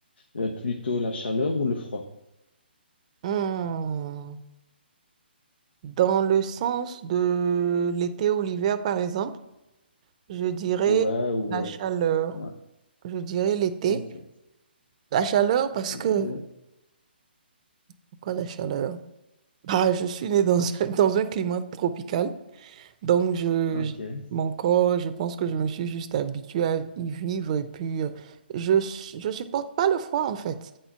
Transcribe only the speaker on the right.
Hmm, Dans le sens de l'été ou l'hiver, par exemple, je dirais
la
chaleur.
Je dirais l'été.
La chaleur parce
que... Pourquoi la chaleur? Ah, je suis née dans un, <laughs> dans un climat tropical. Donc, je,
je- mon corps, je pense que je me suis juste habituée à y vivre. Et puis, euh, je, su- je supporte pas le froid, en fait.